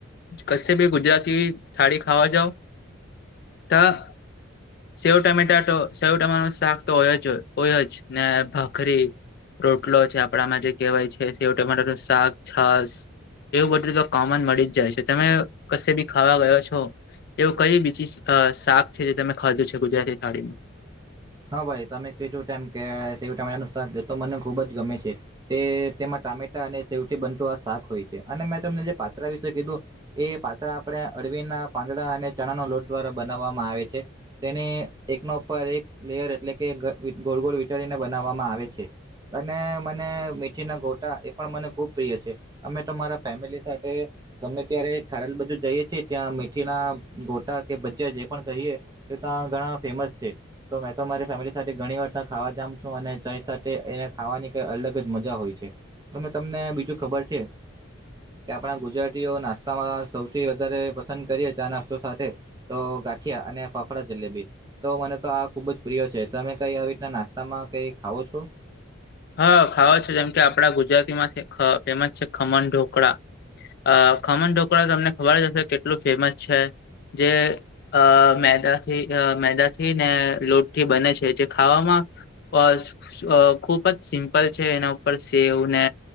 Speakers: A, on the left; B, on the right.
A: કશે ભી ગુજરાતી થાળી ખાવા જાવ તો સેવ ટમેટાટો સેવ ટાટા ન શાક તો હોય જ હોય જ ને ભખરી રોટલો છે આપડામાં જે કહેવાય છે સવટનું શાક છાસ. એવું બધું તો કોમન મળી જ જાય છે તમે કશે બી ખાવા ગયો છો. એવું કય બીજી શાક છે જે તમે ખાધ્યું છે ગુજરાતી થાળીમાં
B: હા ભાઈ તમે કું ટાઈમ ક તો મને ખુબ જ ગમે છે તે તેમાં ટામેટા અને સેવથી બનતું આ શાક હોય છે અને મેં તમને જે પાત્રળા વિશે કીધું એ પાત્રળ આપણે અળવીના પાંદડા અને ચણા નો લોટ દ્વારા બનાવવામાં આવે છે તેની એકનો ઉપર એક લેયર એટલે કે ગોળ ગોળ વિઠળને બનાવવામાં આવે છે અને મને મીઠી ના ગોટા એ પણ મને ખુબ પ્રિય છે. અમે તમારા ફેમિલી સાથે તમે ત્યારે ખારેલ બાજુ જઈએ છેી ત્યાં મેીઠીના ગોટા કે ભજા જે પણ કહીએ. તો ત્યાં ઘણા ફેમસ છે. તો મેં તો મારી ફેમિલી સાથે ઘણી વાર ત ખાવા જામ છું અને ચઈ સાથે એને ખાવાની કઈ અલગ જ મજા હોય છે. તમે તમને બીજું ખબર છે. કે આપણા ગુજરાતીઓ નાસ્તામાં સૌથી વધારે પસંદ કરીએ છે, આ નાસ્તો સાથે તો ગાંઠિયા અને ફાફડા જલેબી તો મને, તો આ ખુબ જ પ્રિય છે તમે કઈ આવી રીતના નાસ્તામાં કઈ ખાવો છો.
A: હા ખાવા છો જેમ કે આપડા ગુજરાતીમાં છે ફેમસ છે, ખમણ ઢોકળા અ ખમણ ઢોકળા તમને ખબર જ હશે કેટલું ફેમસ છે, જે અ મેદાથી મેદાથી ને લોટથી બને છે, જે ખાવામા અ ખુબ જ સિમ્પલ છે એના ઉપર સેવ ને